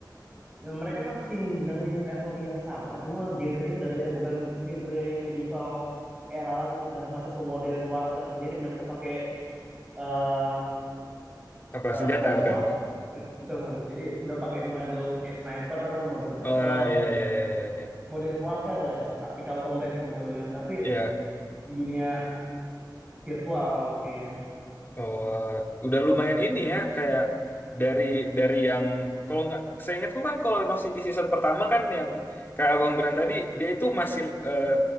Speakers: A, on the right; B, on the left.
A: ya, mereka masih menggunakan teknologi yang sama, cuma genrenya udah beda, bukan genre medieval era lagi tuh udah masuk ke modern warfare. Jadi mereka pakai uh,
B: Apa
A: eh,
B: senjata
A: gunshot
B: bukan?
A: Eh, bukan bukan jadi udah pakai model kayak sniper model pistol
B: Oh ya ya ya ya ya.
A: modern warfare ya tactical combat gitu modelnya tapi
B: Ya.
A: di dunia virtual makanya
B: Oh, udah lumayan ini ya kayak dari dari yang kalau nggak saya ingatku kan kalau masih di season pertama kan yang kayak Abang Beran tadi dia itu masih eh,